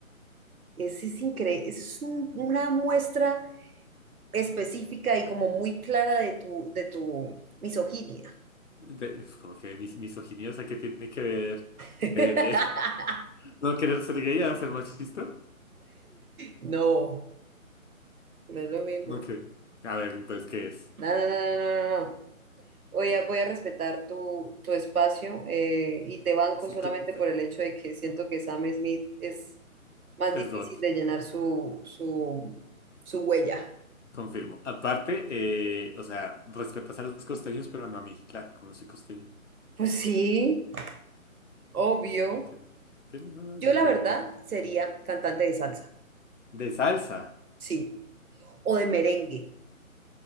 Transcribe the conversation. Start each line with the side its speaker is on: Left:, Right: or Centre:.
Right: Ese es increíble, es un- una muestra específica y como muy clara de tu, de tu misoginia.
Left: De- es como que mis, misoginia, o sea, ¿qué tiene que ver
Right: <laughs>
Left: eh, <laughs> no querer ser gay a ser machista?
Right: No, no es lo mismo.
Left: No que. A ver, entonces, ¿qué es?
Right: No, no, no, no, no. no. no. Voy a, voy a respetar tu, tu espacio eh, y te banco
Left: Sí,
Right: solamente
Left: cl- cl-
Right: por el hecho de que siento que Sam Smith es más
Left: es
Right: difícil
Left: God,
Right: de llenar su, su, su huella.
Left: confirmo. Aparte, eh, o sea, respetas a los costeños, pero no a mí, claro, como soy costeño.
Right: Pues sí, obvio.
Left: Entiendo. Entiendo, no,
Right: Yo
Left: no, lo entiendo
Right: la verdad
Left: completamente.
Right: sería cantante de salsa,
Left: De salsa.
Right: sí, o de merengue.